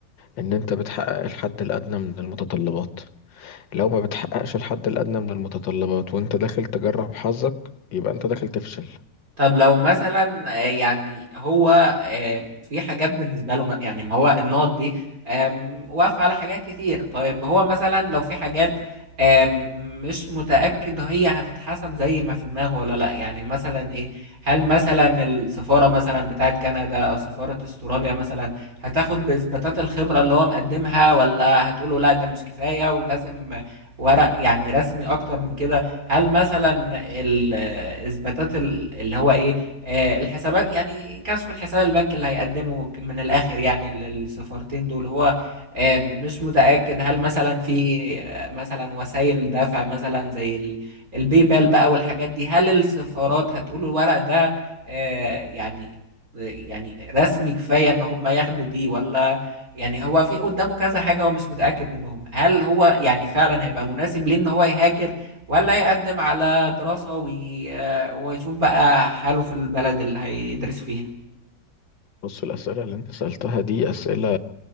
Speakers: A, on the left (about 85°); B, on the right (about 50°).
A: ان انت بتحقق الحد الادنى من المتطلبات لو ما بتحققش الحد الادنى من المتطلبات وانت داخل تجرب حظك يبقى انت داخل تفشل
B: طب لو مثلا آه، يعني هو آه، في حاجات بالنسبة له ما- يعني ما هو النقط دي آم، واقفة على حاجات كتير طيب هو مثلا لو في حاجات آم، مش متأكد هي هتتحسب زي ما في دماغه ولا لا يعني مثلا ايه هل مثلا السفارة مثلا بتاعت كندا او سفارة استراليا مثلا هتاخد بإثباتات الخبرة اللي هو مقدمها ولا هتقوله لا ده مش كفاية ولازم ورق يعني رسمي اكتر من كده هل مثلا الاثباتات ال- اللي هو ايه آه، الحسابات يعني كشف الحساب البنكي اللي هيقدمه من الاخر يعني للسفارتين دول هو آه، مش متأكد هل مثلا في آه، مثلا وسائل دفع مثلا زي ال- الباي بال بقى والحاجات دي هل السفارات هتقول الورق ده آه، يعني يعني رسمي كفاية ان هم ياخدوا بيه ولا يعني هو في قدامه كذا حاجة هو مش متأكد منهم هل هو يعني فعلا هيبقى مناسب ليه ان هو يهاجر ولا يقدم على دراسة وي... ويشوف بقى حاله في البلد اللي هيدرس فيها
A: بص الاسئله اللي انت سالتها دي اسئله